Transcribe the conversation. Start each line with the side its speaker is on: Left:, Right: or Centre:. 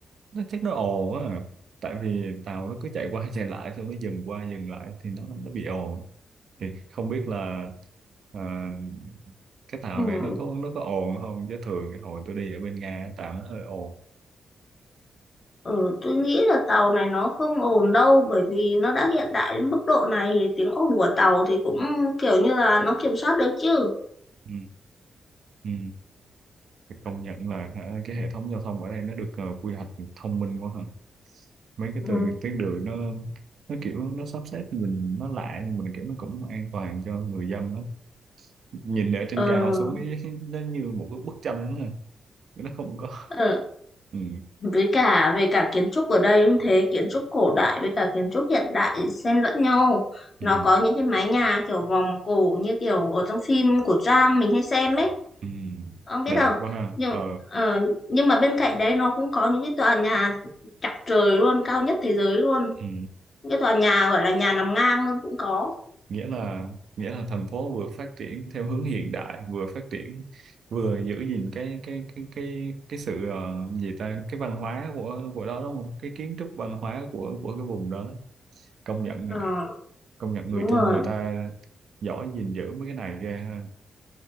Right: nó chắc nó ồn á tại vì tàu nó cứ chạy qua chạy lại xong nó dừng qua dừng lại thì nó nó bị ồn thì không biết là à, cái tàu
Left: Ừ,
Right: này nó có nó có ồn không chứ thường cái hồi tôi đi ở bên Nga tàu nó hơi ồn
Left: ừ, tôi nghĩ là tàu này nó không ồn đâu bởi vì nó đã hiện đại đến mức độ này thì tiếng ồn của tàu thì cũng kiểu như là nó kiểm soát được chứ.
Right: ừ. Ừ. Thì công nhận là hả, cái hệ thống giao thông ở đây nó được ờ, quy hoạch thông minh quá hả? mấy cái
Left: Ừ.
Right: tường cái tuyến đường nó nó kiểu nó sắp xếp cho mình nó lạ nhưng mà kiểu nó cũng an toàn cho người dân đó. nhìn ở trên
Left: Ờ,
Right: cao xuống ý, <laughs> nó như một cái bức tranh đó ha. nó không có
Left: ờ,
Right: ừ.
Left: với cả về cả kiến trúc ở đây cũng thế, kiến trúc cổ đại với cả kiến trúc hiện đại xen lẫn nhau. Nó
Right: Ừ,
Left: có những cái mái nhà kiểu vòm cổ như kiểu ở trong phim của Trang mình hay xem ấy.
Right: ừ,
Left: ông biết
Right: đẹp
Left: không
Right: quá ha
Left: nhưng
Right: ờ,
Left: ờ, nhưng mà bên cạnh đấy nó cũng có những cái tòa nhà chọc trời luôn cao nhất thế giới luôn
Right: ừ,
Left: Những cái tòa nhà gọi là nhà nằm ngang luôn cũng có
Right: nghĩa là nghĩa là thành phố vừa phát triển theo hướng hiện đại vừa phát triển vừa giữ gìn cái cái cái cái cái sự ờ, gì ta cái văn hóa của của đó đúng không cái kiến trúc văn hóa của của cái vùng đó công nhận
Left: Ờ,
Right: ờ, công nhận người
Left: đúng
Right: Trung
Left: rồi
Right: người ta giỏi gìn giữ mấy cái này ghê ha